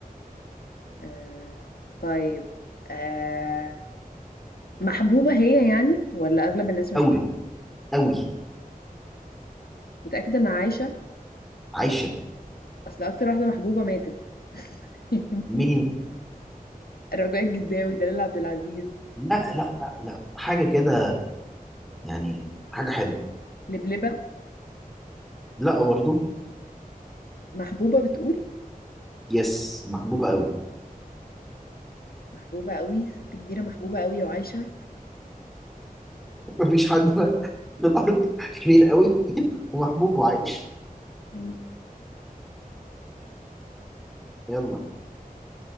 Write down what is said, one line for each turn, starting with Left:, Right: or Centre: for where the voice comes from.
Left: آه طيب آه محبوبة هي يعني ولا أغلب الناس مش
Centre: قوي
Left: بتحبها
Centre: قوي
Left: متأكدة إن عايشة
Centre: عايشة
Left: اصل اكتر واحده محبوبه ماتت <laughs>
Centre: مين
Left: رجاء الجداوي دلال عبد العزيز
Centre: لا لا لا لا حاجة كده يعني حاجة حلوة
Left: لبلبة
Centre: لا برضو
Left: محبوبة بتقول
Centre: يس محبوبة قوي
Left: محبوبة قوي ست كبيرة محبوبة قوي وعايشة
Centre: <laughs> مفيش حد في الأرض كبير قوي ومحبوب وعايش
Left: مم.
Centre: يلا